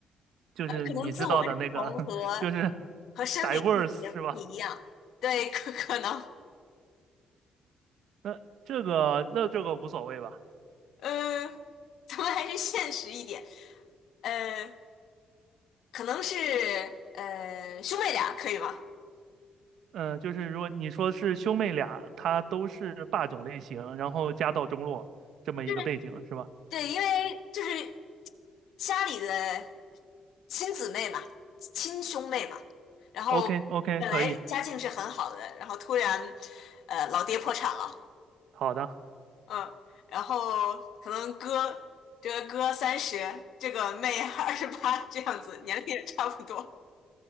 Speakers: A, on the right; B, on the left.
A: 就是你知道的那个，
B: 呃，可能自我认同和
A: <laughs> 就是
B: 和生理性别不一样。
A: diverse 是吧？
B: 对，可可能，
A: 那这个那这个无所谓吧？
B: 呃，咱们还是现实一点。呃，可能是呃兄妹俩可以吗？
A: 嗯，呃就是如果你说是兄妹俩，他都是霸总类型，然后家道中落这么一个背景是吧
B: 就是对，因为就是家里的亲姊妹嘛，亲兄妹嘛，然后本来家境是很好的，
A: ？OK OK，可以，
B: 然后突然呃老爹破产了，
A: 好的，
B: 嗯，然后可能哥这个哥三十，这个妹二十八这样子，年龄也差不多，